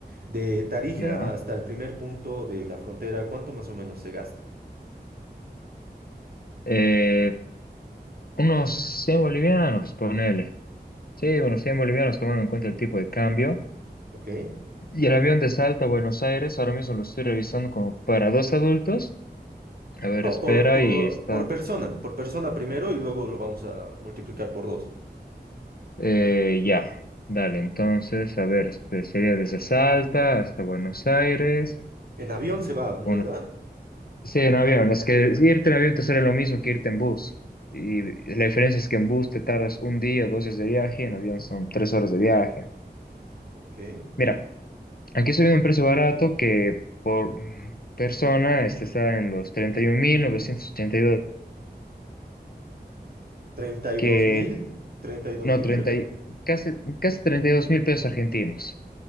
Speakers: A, on the right; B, on the left.
A: de Tarija
B: ya,
A: hasta el primer punto de la frontera, ¿cuánto más o menos se gasta?
B: eh, unos 100 bolivianos, ponele. Sí, unos 100 bolivianos tomando en cuenta el tipo de cambio.
A: ¿Ok?
B: Y el avión de Salta a Buenos Aires, ahora mismo lo estoy revisando como para dos adultos. A ver,
A: No,
B: espera,
A: por, por,
B: y está.
A: por persona, por persona primero y luego lo vamos a multiplicar por dos.
B: Eh, ya, dale, entonces, a ver, este, sería desde Salta hasta Buenos Aires,
A: En avión se va, ¿no
B: uno.
A: verdad?
B: Sí, en avión, es que irte en avión te sale lo mismo que irte en bus. Y la diferencia es que en bus te tardas un día o dos días de viaje, en avión son tres horas de viaje.
A: Ok.
B: Mira, aquí estoy viendo un precio barato que por persona este está en los treinta y y mil novecientos ochenta y dos
A: 32
B: que
A: mil, 32
B: no,
A: mil,
B: treinta
A: repete.
B: y- casi, casi treinta y dos mil pesos argentinos,